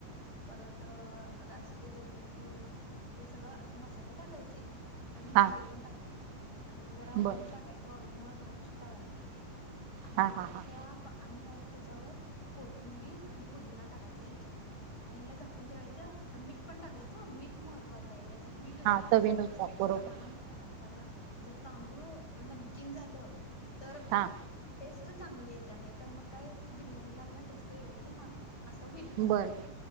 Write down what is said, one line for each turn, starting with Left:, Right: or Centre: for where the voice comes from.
Left: परत असं ते दगडी फूल हे सगळं असा मसाले टाकायचे. आणि
Right: हां
Left: जिरे पण टाकायच. आणि जरा
Right: बरं
Left: ऑइल टाकायचं. ऑईल मुळ भात सुट्टा व्हायला पाहिजे. आणि
Right: हां हां
Left: ह्या
Right: हां
Left: आणि ह्या त्याच्यावर कोथिंबीर आणि पुदिना टाकायचा, ह्याच्यात पण आणि ह्याला झाकून ठेवायचं, मीठ पण टाकायचं मीठ महत्त्वाचं आहे या्याच्यात. मीठ व्यवस्थित
Right: हां चवीनुसार बरोबर
Left: प्रमाणानुसार टाक कारण जर तांदूळ नमकीन झालं तर
Right: हां
Left: टेस्ट चांगली य त्या नाही <unintelligible> तर मग काय बिर्याणीला आपल्या टेस्ट एवढी येणार नाही असं होईल फरक
Right: बरं बरं